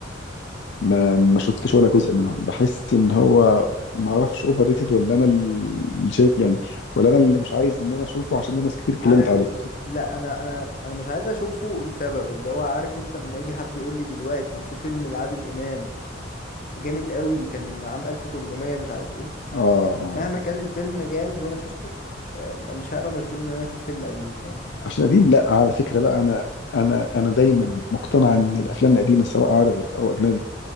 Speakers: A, on the left (about 65°); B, on the left (about 45°).
A: ما ما شفتش ولا جزء منهم بحس ان هو ما اعرفش اوفر ريتد ولا انا اللي شايف يعني ولا انا اللي مش عايز ان انا اشوفه عشان ناس كتير اتكلمت
B: عارف
A: عليه
B: لا انا انا انا مش عايز اشوفه لسبب اللي هو عارف انت لما يجي حد يقول لي دلوقتي في فيلم لعادل امام جامد قوي كان عام 1800 مش عارف ايه
A: اه اه
B: مهما كان الفيلم جامد وانا شفته آه، مش هبقى مشدود ان انا اشوف فيلم قديم فاهم
A: عشان قديم لا على فكره بقى انا انا انا دايما مقتنع ان الافلام القديمه سواء عربي او اجنبي